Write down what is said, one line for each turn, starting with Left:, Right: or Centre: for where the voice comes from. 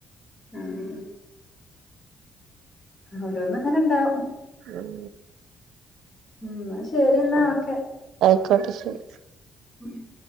Left: ഉം ഓരോന്നും അങ്ങനെണ്ടാവും.
Right: ഉം
Left: ഉം അന്നാ ശരി എന്നാ ഒക്കെ.
Right: ക്കട്ട ശരി.
Left: ഉം